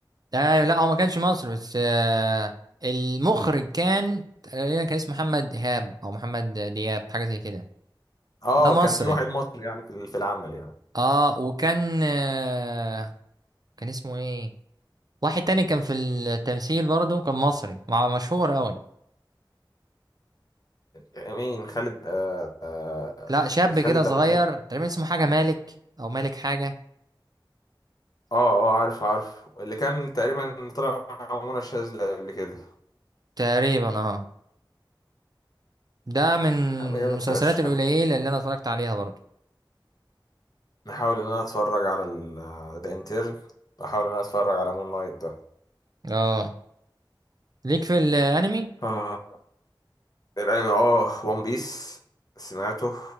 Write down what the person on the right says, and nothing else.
ده لا هو ما كانش مصري بس آه، المخرج كان تقريبا كان اسمه محمد ايهاب او محمد دياب حاجه زي كده
ده مصري
اه وكان آه، كان اسمه ايه واحد تاني كان في التمثيل برضه كان مصري مع مشهور قوي
لا شاب
كده صغير
تقريبا اسمه حاجه مالك او مالك حاجه
تقريبا اه ده من
المسلسلات
القليله اللي انا اتفرجت عليها برضه
اه ليك في الانمي